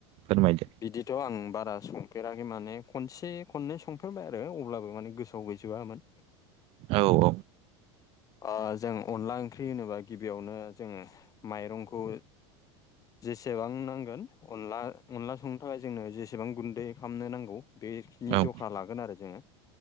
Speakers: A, on the right (about 40°); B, on the left (about 25°).
A: फोरमायदो
B: बिदिथ' आं बारा संफेराखै माने खनसे खननै सं फेरबाय आरो अब्लाबो माने गोसोआव गैजोबामोन।
A: औ औ।
B: ओ जों अनला ओंख्रि होनोबा गिबियावनो जों माइरंखौ जेसेबां नांगोन अनला अनला संनो थाखाय जोंनो जेसेबां गुन्दै खालामनो नांगौ बे नि
A: औ
B: जखा लागोन आरो जोङो